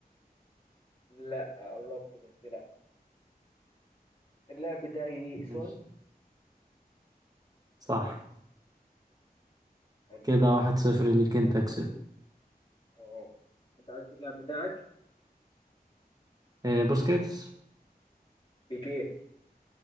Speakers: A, on the left; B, on the right.
A: لا قربت بس لا اللاعب بتاعي
B: ماشي
A: سون
B: صح
A: حلو
B: كده واحد صفر ليك انت كسبت
A: اه انت عارف اللاعب بتاعك
B: آه، بوسكيتس
A: بيكيه